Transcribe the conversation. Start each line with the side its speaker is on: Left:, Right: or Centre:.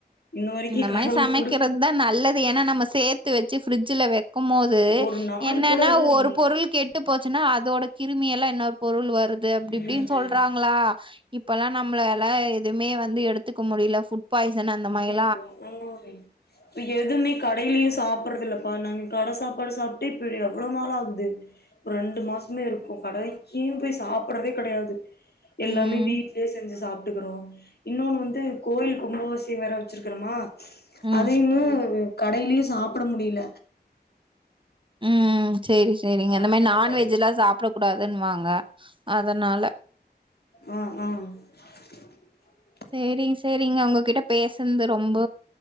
Left: இன்ன வரைக்கு
Right: இந்த மாதிரி
Left: கடவுள்
Right: சமைக்கிறதுதான்
Left: கொடு
Right: நல்லது ஏன்னா நம்ம சேத்து வச்சு பிரிட்ஜ்ஜூல இருக்குமோது
Left: ஒரு நாள்
Right: என்னன்னா
Left: கூட
Right: ஒரு
Left: நீ
Right: பொருள் கெட்டு போச்சுன்னா அதோட கிருமியெல்லாம் என்னாகும் பொருள் வருது அப்படி
Left: ம்
Right: இப்படின்னு சொல்றாங்களா இப்பல்லாம் நம்மளால எதுவுமே வந்து எடுத்துக்க முடியல ஃபுட் பாய்சன் அந்த மாதிரி
Left: மா இது எதுவுமே கடையிலயும் சாப்படுறது இல்ல ப்ப நாங்க கட சாப்பாடு சாப்ட்டு இப்ப எவ்வளவு நாள் ஆகுது ரெண்டு மாசமே இருக்கும் கடைக்கே போய் சாப்டறதே கெடையாது எல்லாமே
Right: ம்.
Left: வீட்லேயே செஞ்சு சாப்பிட்டுக்கிறோம் இன்னொன்னு வந்து கோயில் கும்பாபிக்ஷே வேற வச்சிருக்கறமா
Right: ம்.
Left: அதையும்மு கடையிலயும் சாப்புட முடில
Right: உம் சேரி சேரிங்க அந்த
Left: அதனாலதா
Right: மாரி நான்வெஜ்லாம் சாப்பிடக்கூடாது ன்னு வாங்க அதனால
Left: உம் உம் <inaudible>
Right: சேரிங் சேரிங்க உங்ககிட்ட பேசன்து ரொம்ப